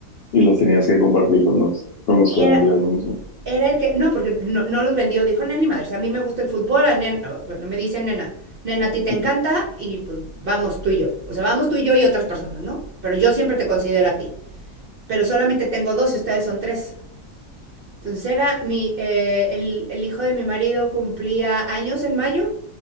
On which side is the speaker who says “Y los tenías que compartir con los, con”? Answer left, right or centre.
Left